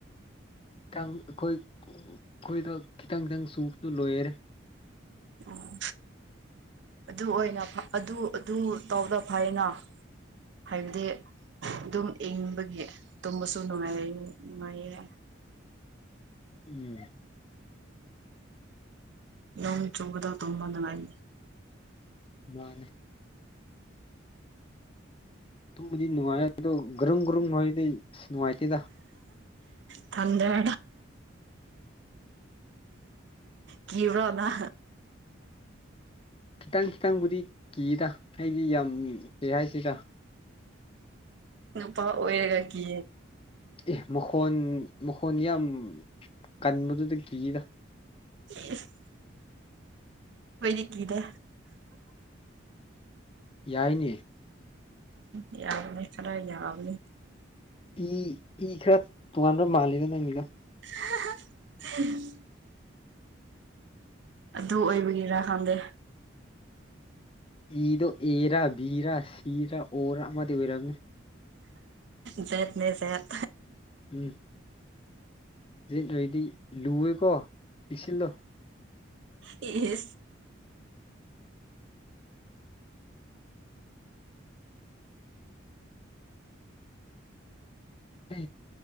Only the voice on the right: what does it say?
ꯑꯣ ꯑꯗꯨ ꯑꯣꯏꯅ ꯑꯗꯨ ꯑꯗꯨ ꯇꯧꯗ ꯐꯥꯏꯅ ꯍꯥꯏꯗꯤ ꯑꯗꯨꯝ ꯏꯪꯕꯒꯤ ꯇꯨꯝꯕꯁꯨ ꯅꯨꯡꯉꯥꯏ ꯅꯨꯡꯉꯥꯏꯌꯦ
ꯅꯣꯡ ꯆꯕꯗ ꯇꯝꯕꯗ ꯜ
ꯊꯟꯗ ꯀꯔꯣꯅꯥ
ꯅꯨꯄꯥ ꯑꯣꯏꯔꯒ ꯀ
<unintelligible> ꯅꯤ ꯀꯤꯗꯦ
ꯎ ꯌꯥꯕꯅꯤ ꯈꯔ ꯌꯥꯕꯅꯤ
<unintelligible> ꯑꯗꯨ ꯑꯣꯏꯕꯒꯤꯔꯥ ꯈꯪꯗꯦ
ꯠ ꯅꯖꯠ
ꯏ